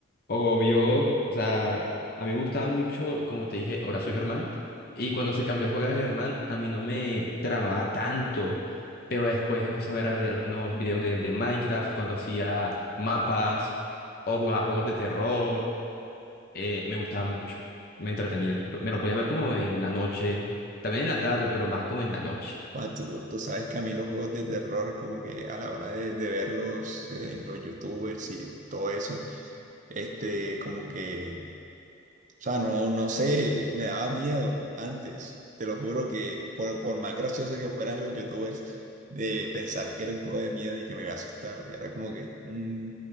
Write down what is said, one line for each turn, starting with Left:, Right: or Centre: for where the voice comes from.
Left: Obvio, o sea, a mí me gustaba mucho, como te dije, ahora soy Germán, y cuando se cambió a jugar de Germán, a mí no me tramaba tanto, pero después empecé a ver al- algunos videos de él de Minecraft, cuando hacía mapas o jugaba juegos de terror. eh, me gustaba mucho, me entretenía. Lo- Me lo ponía a ver como en la noche, también en la tarde, pero más como en la noche.
Right: Ah, tú, tú sabes que a mí los juegos de terror, como que a la hora de, de verlos, eh, los youtubers y todo eso, este, como que O sea, no, no sé, me daba miedo antes. Te lo juro que por, por más gracioso que fueran los youtubers, de pensar que era un juego de miedo y que me iba a asustar, era como que, mm,